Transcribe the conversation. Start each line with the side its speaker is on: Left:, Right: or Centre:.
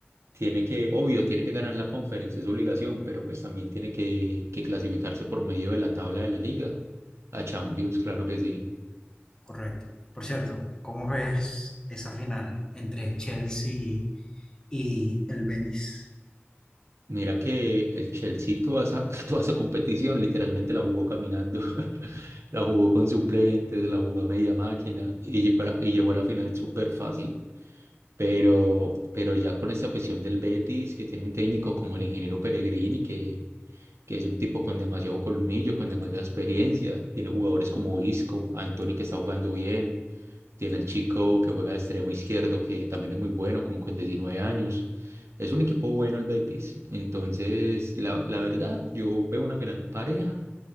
Right: tiene que, obvio, tiene que ganar la Conference, es obligación, pero pues también tiene que, que clasificarse por medio de la tabla de la liga. A Champions, claro que sí.
Left: Correcto. Por cierto, ¿cómo ves esa final entre Chelsea y el Betis?
Right: Mira que el Chelsea toda esa, <laughs> toda esa competición literalmente la jugó caminando, <laughs> la jugó con suplentes, la jugó a media máquina y llegó a la, y llegó a la final súper fácil. Pero, pero ya con esta cuestión del Betis, que tiene un técnico como el ingeniero Peregrini, que, que es un tipo con demasiado colmillo, con demasiada experiencia, tiene jugadores como Isco, Anthony que está jugando bien, tiene el chico que juega de extremo izquierdo, que también es muy bueno, como con 19 años. Es un equipo bueno el Betis. Entonces, la, la verdad, yo veo una final pareja,